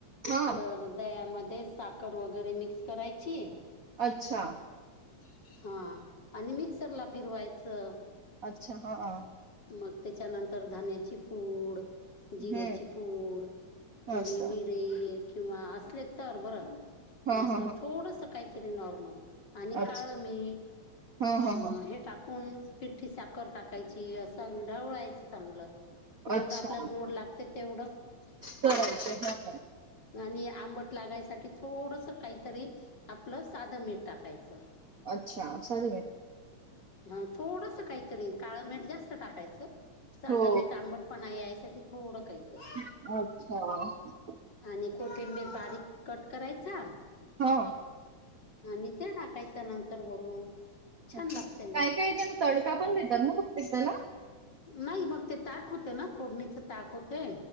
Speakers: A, on the right; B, on the left.
A: हा
B: तर. दया मध्ये साखर वगैरे मिक्स करायची.
A: अच्छा.
B: हा आणि मिक्सरला फिरवायचं
A: अच्छा हा.
B: मग त्याच्यानंतर धण्याची पूड जिऱ्याची
A: हम्म
B: पूड. थोडी
A: असत
B: मिरे किंवा असले तर बरं,
A: हा
B: असं
A: हा हा
B: थोडस. काय तरी नॉर्मल आणि
A: अच्छा
B: काळं मी
A: हा हा
B: आ
A: हा
B: हे टाकून पिठ्ठी साखर टाकायची असं ढवळायचं चांगलं. जेवढं
A: अच्छा
B: आपल्याला गोड लागते तेवढं
A: करायचे हा
B: आणि आंबट लागायसाठी थोडसा काहीतरी आपलं सादं मीठ टाकायचं.
A: अच्छा सन
B: हा थोडसा काही काळं मीठ जास्त टाकायचं सादं
A: हो
B: मीठ आंबट पणा यायसाठी थोडं काही ते
A: अच्छा!
B: आणि कोथिंबीर बारीक कट करायचा
A: हां.
B: आणि ते टाकायचं नंतर वरून. छान
A: अच्छा
B: लागते मग.
A: काय-काय येच्या ना तडका पण देतात ना बहुतेक त्याला?
B: नाही मग ते ताक होते ना फोडणीचे ताक होते